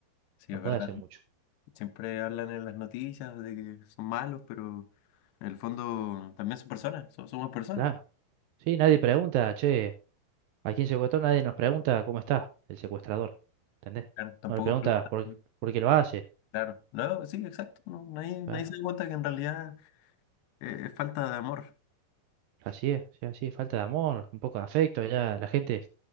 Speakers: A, on the left; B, on the right.
A: Sí,
B: No
A: es
B: puede
A: verdad.
B: hacer mucho.
A: Siempre hablan en las noticias de que son malos, pero en el fondo también son personas, so- somos personas.
B: Claro. Sí, nadie pregunta, che, ¿a quién secuestró? Nadie nos pregunta cómo está el secuestrador. ¿Entendés?
A: Claro, tampoco
B: No le preguntas
A: preguntan.
B: por, por qué lo hace.
A: Claro, no, sí, exacto. no, nadie, nadie
B: Claro.
A: se da cuenta que en realidad eh, es falta de amor.
B: Así es, sí, así es. Falta de amor, un poco de afecto. Ya la gente